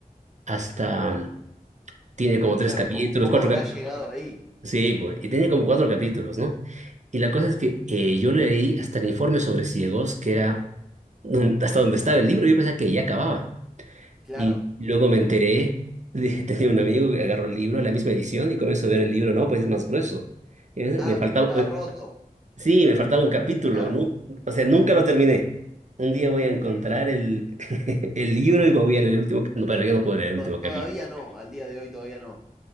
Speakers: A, on the right; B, in the centre.
A: hasta, mm, tiene como tres
B: claro,
A: capítulos,
B: Sí, la, ¿cómo, la cómo
A: cuatro
B: habrá
A: capítulos.
B: pintura llegado solamente ahí?
A: Sí, pues, y tenía como cuatro capítulos, ¿no? Y la cosa es que eh, yo le leí hasta el informe sobre ciegos, que era don- hasta donde estaba el libro, yo pensaba que ya acababa.
B: Claro.
A: Y luego me enteré, de, <laughs> que tenía un amigo que agarró el libro, la misma edición, y comienzo a ver el libro, no, pues es más grueso. Y es-
B: Ah,
A: Me faltaba,
B: pero porque estaba
A: eh,
B: le faltaba, roto.
A: sí, me faltaba un capítulo,
B: Mirá, era,
A: nu- o sea, nunca lo terminé. Un día voy
B: qué
A: a
B: increíble.
A: encontrar el, <laughs> el libro y me voy a leer el último, ca- no, pero ya no puedo leer el
B: To-
A: último
B: Todavía
A: capítulo.
B: no, al día de hoy todavía no.